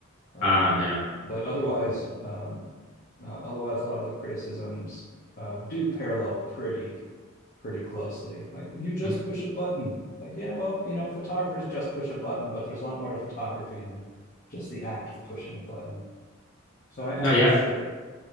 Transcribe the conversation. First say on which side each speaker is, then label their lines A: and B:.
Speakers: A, on the left; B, on the left.
A: Uh,
B: Ah, yeah.
A: but otherwise,
B: Welcome.
A: um, uh, otherwise, a lot of the criticisms uh, do parallel pretty pretty closely. Like you just
B: Mm-hmm.
A: push a button. Like, yeah, well, you know, photographers just push a button, but there's a lot more to photography than just the act of pushing a button. So I,
B: No,
A: I can
B: yeah.
A: see it.